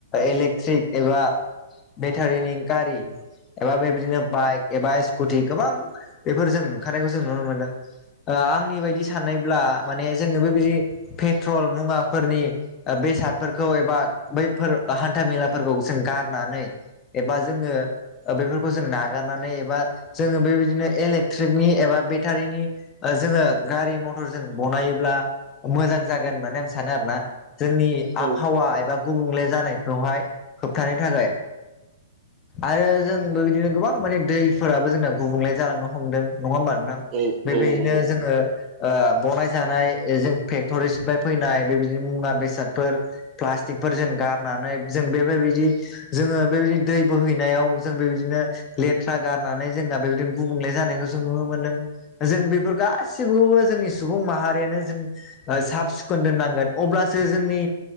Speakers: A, on the left; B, on the right.
A: इलेकट्रिक एबा बेटारिनि गारि एबा बेबायदिनो बाइक एबा स्कुटि गोबां बेफोर जों ओंखारनायखौ जों नुनो मोनदों। आंनि बायदि सान्नायब्ला माने जोनोबो बिदि पेट्रल मुवाफोरनि ओ बे बेसादफोरखौ एबा बैफोर हान्था मेलाफोरखौ जों गारनानै एबा जोङो बेफोरखौ जों नागारनानै एब एबा जोङो बेबायदिनो इलेकट्रिकनि एबा बेटारिनि ओ जोङो गारि मथर जों बानायोब्ला मोजां जागोन होन्नानै आं सानो आरोना जोंनि
B: औ
A: आबहावा एबा गुबुंले जानायखौहाय होबथानो थाखाय आरो जोंबो बिदिनो गोबां माने दै फोराबो जोंना गुबुंले जालांनो हमदों नङा होमबा नोंथां
B: औ
A: बेबायदिनो
B: औ नंगौ
A: जोङो ओ बनायजानायजों फेक्टरिसनिफ्राय फैनाय बेबायदिनो मुवा बेसादफोर प्लास्टिकफोर जेन गारनानै जों बेफोरबायदि जोङो बेबायदि दै बोहैनायाव जों बेबायदिनो लेथ्रा गारनानै जोंना बेबायदिनो गुबुंले जानायखौ जों नुनो मोनदों जों बेफोर गासिखौबो जोंनि सुबुं माहारियानो जों साब सिखोन दोननांगोन अब्लासो जोंनि